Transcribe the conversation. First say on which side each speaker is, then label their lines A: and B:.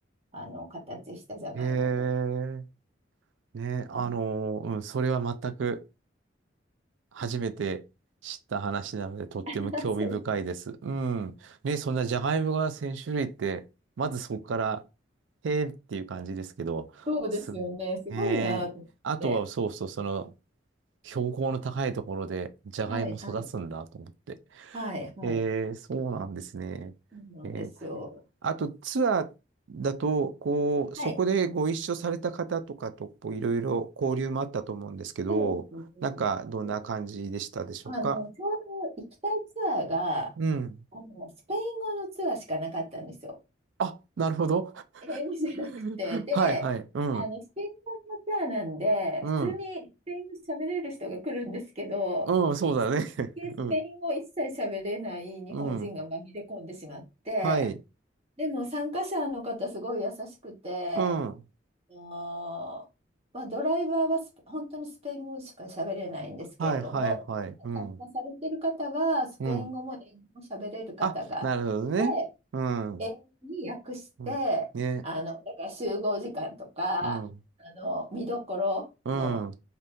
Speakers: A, on the right (about 35°); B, on the right (about 85°).
A: あの、形したじゃがいもと
B: へえ。ね、
A: かね。
B: あのーうん、それは全く。初めて知った話なので、とっても興味深いです。
A: <laughs> そう
B: うん。ね、そんなジャガイモが1000種類って、まずそこから、へーっていう感じですけど、
A: そうですよね。
B: す、
A: すごいなと思って。
B: ねえあとはそうそう、その、標高の高いところで、ジャガイモ育つんだと思って。
A: はい、はい、はい、はい。
B: えー、そうなんですね。
A: そうなんですよ。
B: えーあとツアーだと、こう、
A: はい。
B: そこでご一緒された方とかと、こう、いろいろ交流もあったと思うんですけど、
A: そうですね。
B: なんか、どんな感じでしたでしょうか
A: であの、ちょうど行きたいツアーが、
B: うん。
A: あの、スペイン語のツアーしかなかったんですよ。
B: あ、なるほど。
A: 英語じゃなくて。
B: <laughs>
A: で、
B: はいはい。うん。
A: あの、スペイン語のツアーなんで、
B: うん。
A: 普通にスペイン語喋れる人が来るんですけど、
B: うん、そうだね。
A: 一人だけスペイン語一切喋れない日本人が紛れ込んでしまって、
B: <laughs> うん。うん。はい。
A: でも参加者の方すごい優しくて、
B: うん。
A: あのまあ、ドライバーはスペ本当にスペイン語しか喋れないんですけれども、
B: はいはいはい。うん。
A: 参加されてる方はスペイン語も英語も喋れる方がいて、
B: うん。あ、なるほどね。うん。
A: 英語に訳して、
B: うん。ね。
A: あの、だから集合時間とか、
B: うん。
A: あの、見どころの
B: うん。